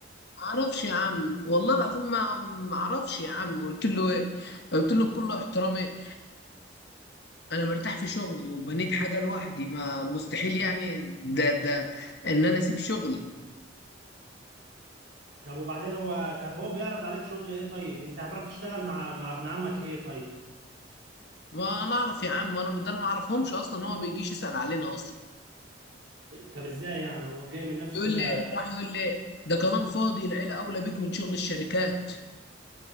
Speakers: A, on the left; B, on the right.
A: معرفش يا عم والله العظيم ما معرفش يا عم قلت له ايه قلت له بكل احترامي انا مرتاح في شغلي وبنيت حاجه لوحدي ما مستحيل يعني ده ده ان انا اسيب شغلي
B: طب وبعدين هو طب هو بيعرض عليك شغل إيه طيب؟ أنت هتروح تشتغل مع مع ابن عمك إيه طيب؟
A: وانا اعرف يا عم انا ده انا ما اعرفهمش اصلا هو ما بيجيش يسال علينا اصلا
B: طب إزاي يعني هو جاي من نفسه
A: يقول
B: كده
A: لي راح يقول لي ده كلام فاضي العيله اولى بيك من شغل الشركات